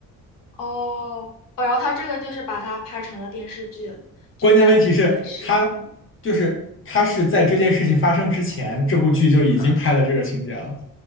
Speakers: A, on the left (about 65°); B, on the left (about 35°).
A: 哦，哦，然后他这个就是把它拍成了电视剧，就在这件事。
B: 关键问题是，他就是他是在这件事情发生之前，
A: 嗯
B: 这部剧就已经拍了这个情节了。
A: 嗯